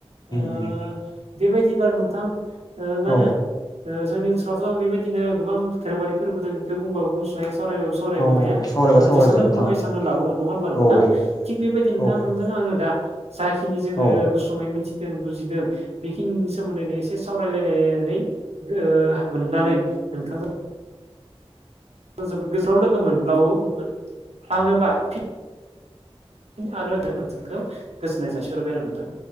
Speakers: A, on the right; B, on the left.
A: ओ
B: औ
A: बेबायदिबा नोंथां ओ मा
B: औ
A: होनो <inaudible> ओ जोंनि ओनसोलावथ' बेबायदिनो गोबां धोरोमारि फोरबो दं बेखौ बुंबाबो बुंस'हाया सावरायबाबो सावरायनाया
B: औ सावरायबा
A: ओ
B: सावरायजोबनो
A: जेसेबां बुङो
B: थाङा
A: एसेबांनो लावओ नङा होमबा नोंथां
B: औ औ
A: थिक बेबायदिनो
B: औ
A: नोंथां <unintelligible> आङो दा जाखिनि जोङो
B: औ
A: गुसुङै <unintelligible> बुजिदों बेखिनि सोमोन्दैनो एसे सावरायलायनानै ओ मोननानै नोंथांजों जोबोद गोजानाव <unintelligible> लोगो मोनब्लावो मोनफ्लाङोबा <inaudible> आरो <unintelligible> नोंथांखौ गोजोननाय जासिहरबाय आरो नोंथां